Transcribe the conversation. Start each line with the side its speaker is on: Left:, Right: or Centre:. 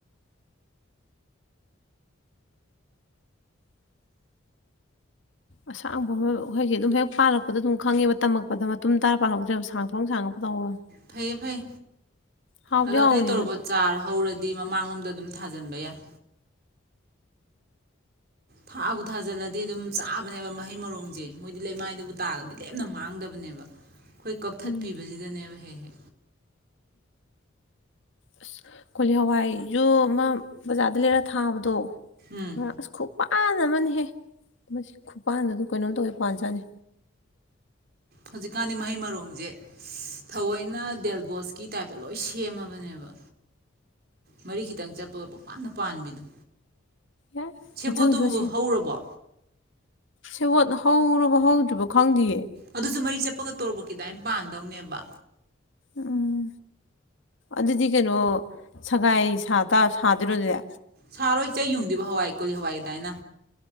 Left: ꯑꯁꯥꯡꯕ ꯑꯃꯈꯣꯏꯒꯤ ꯑꯗꯨꯝ ꯍꯦꯛ ꯄꯥꯜꯂꯛꯄꯗ ꯑꯗꯨꯝ ꯈꯪꯉꯦꯕ ꯇꯝꯃꯛꯄꯗ ꯃꯇꯨꯝ ꯇꯥꯔ ꯄꯥꯜꯍꯧꯗ꯭ꯔꯦꯕ ꯁꯥꯡ ꯊꯣꯡ ꯁꯥꯡꯉꯒ ꯇꯧꯔ
Right: ꯐꯩꯌꯦ ꯐꯩ
Left: ꯍꯥꯎꯗꯤ
Right: ꯑꯗꯣ ꯑꯇꯩ
Left: ꯍꯥꯎꯕꯅꯦ
Right: ꯇꯣꯔꯣꯕꯣꯠ
Left: ꯑꯗꯨꯗꯣ
Right: ꯆꯥꯔ ꯍꯧꯔꯗꯤ ꯃꯃꯥꯡꯂꯣꯝꯗ ꯑꯗꯨꯝ ꯊꯥꯖꯤꯟꯕ ꯌꯥꯏ꯫ ꯊꯥꯕꯨ ꯊꯥꯖꯤꯜꯂꯗꯤ ꯑꯗꯨꯝ ꯆꯥꯕꯅꯦꯕ ꯃꯍꯩ ꯃꯔꯣꯡꯁꯦ ꯃꯣꯏꯗꯤ ꯂꯩꯃꯥꯏꯗꯕꯨ ꯇꯥꯔꯒꯗꯤ ꯂꯦꯝꯅ ꯃꯥꯡꯗꯕꯅꯦꯕ꯫ ꯑꯩꯈꯣꯏ ꯀꯛꯊꯠꯄꯤꯕꯁꯤꯗꯅꯦꯕ
Left: ꯎꯝ
Right: ꯍꯦꯛ- ꯍꯦꯛ
Left: ꯑꯁ ꯀꯣꯂꯤ ꯍꯋꯥꯏꯖꯨ ꯑꯃ ꯕꯖꯥꯔꯗ ꯂꯩꯔ ꯊꯥꯕꯗꯣ
Right: ꯎꯝ
Left: ꯑꯁ ꯈꯨꯄꯥꯥꯜ ꯑꯃꯅꯦꯍꯦ ꯃꯁꯤ ꯈꯨꯄꯥꯟꯗꯁꯨ ꯀꯩꯅꯣꯝ ꯇꯧꯋꯦ ꯄꯥꯟꯖꯥꯠꯅꯤ!
Right: ꯍꯧꯖꯤꯛꯀꯥꯟꯗꯤ ꯃꯍꯩ ꯃꯔꯣꯡꯖꯦ ꯊꯑꯣꯏꯅ ꯗꯦꯜꯕꯣꯁꯀꯤ ꯇꯥꯏꯞꯇ ꯂꯣꯏ ꯁꯦꯝꯃꯕꯅꯦꯕ ꯃꯔꯤ ꯈꯤꯇꯪ ꯆꯠꯄꯒ ꯄꯪꯄꯥꯟꯗ- ꯄꯥꯟꯕꯤꯗꯣ꯫
Left: ꯌꯥ
Right: ꯁꯦꯕꯣꯠꯇꯨꯕꯨ
Left: ꯃꯊꯪꯁꯨ ꯑꯁꯤ
Right: ꯍꯧꯔꯕꯣ
Left: ꯁꯦꯕꯣꯠꯂ ꯍꯧꯔꯕꯣ - ꯍꯧꯗ꯭ꯔꯤꯕ ꯈꯪꯗꯤ ꯌꯦ꯫
Right: ꯑꯗꯨꯁꯨ ꯃꯔꯤ ꯆꯠꯄꯒ ꯇꯣꯔꯣꯠꯀꯤ ꯗꯥꯏꯅ ꯄꯥꯟꯗꯧꯅꯦꯕ꯫
Left: ꯎꯝ ꯑꯗꯨꯗꯤ ꯀꯩꯅꯣ ꯁꯒꯥꯏ ꯁꯥ ꯇ ꯁꯥꯗꯣꯏꯔꯣ ꯑꯗꯨꯗꯤ?
Right: ꯁꯥꯔꯣꯏ ꯆꯩ ꯌꯨꯡꯗꯤꯕ ꯍꯋꯥꯏ ꯀꯣꯜꯂꯤ ꯍꯋꯥꯏꯗꯥꯏꯅ꯫